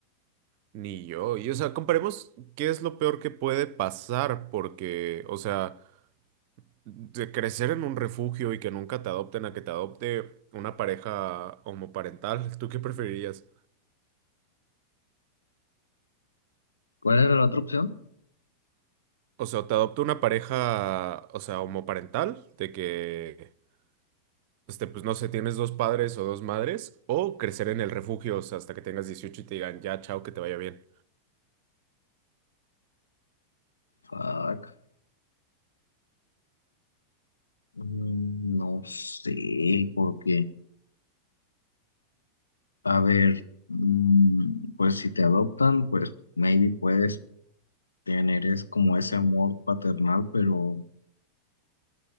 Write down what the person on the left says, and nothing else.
¿Cuál era la otra opción?
Fuck. Mm, No sé, porque A ver, mm, pues si te adoptan, pues maybe puedes tener es como ese amor paternal, pero